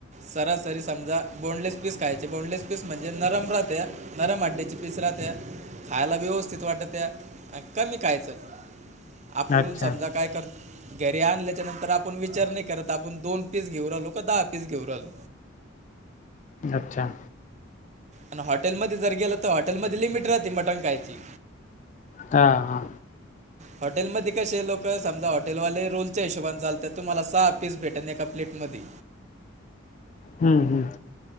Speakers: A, on the right; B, on the left.
A: सरासरी समजा बोनलेस पीस खायचे बोनलेस पीस म्हणजे नरम राहते. नरम हाड्डीचे पीस राहत्या, खायला व्यवस्थित वाटतत्या, अन कमी खायचं. आपलून
B: अच्छा
A: समजा काय कर घरी आणल्याच्या नंतर आपण विचार नाही करत आपण दोन पीस घेऊ राहिलो का दहा पीस घेऊ राहिलो.
B: अच्छा.
A: अन हॉटेलमध्ये जर गेलं तर हॉटेलमध्ये लिमिट राहते मटन खायची.
B: हा हा.
A: हॉटेलमध्ये कसे लोक समजा हॉटेलवाले रोलच्या हिशोबान चालत्यात तुम्हाला सहा पीस भेटन एका प्लेट मध्ये.
B: हम्म हम्म.